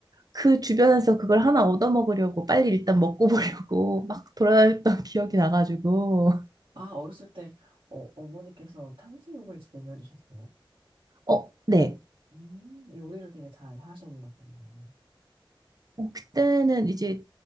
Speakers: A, on the right; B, on the right.
A: 그 주변에서 그걸 하나 얻어먹으려고 빨리 일단 먹고 보려고 막 돌아다녔던 <laughs> 기억이 나가지고.
B: 아, 어렸을 때, 어, 어머니께서 탕수육을 집에서 해주셨어요.
A: 어, 네.
B: 음, 요리를 되게 잘 하셨나 보네요.
A: 어, 그때는 이제